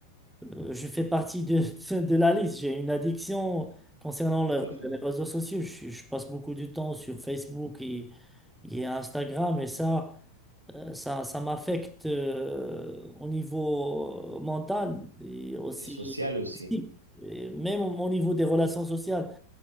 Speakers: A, in the centre; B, on the right.
A: euh, je fais partie de, <laughs> de la liste. J'ai une addiction concernant le-
B: Tout à fait.
A: les réseaux sociaux. Je, je passe beaucoup de temps sur Facebook et, et Instagram et ça. Euh, Ça, ça m'affecte euh, au niveau euh, mental et aussi
B: Et sociale aussi.
A: physique, et même au, au niveau des relations sociales.